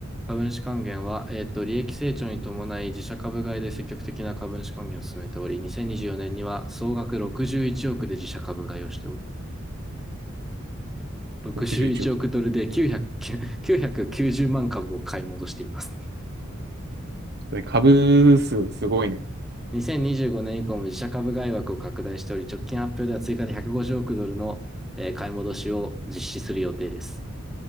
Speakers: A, in the centre; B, on the right.
A: 株主還元は、えっと、利益成長に伴い自社株買いで積極的な株主還元を進めており、2024年にじゅうよねんには総額61億で自社株買いをしておる。61億ドルで900
B: 61億。
A: 990万株を買い戻しています。
B: それ株数すごいね。
A: 2025年以降も自社株買い枠を拡大しており、直近発表では追加で150億ドルの買い戻しを実施する予定です。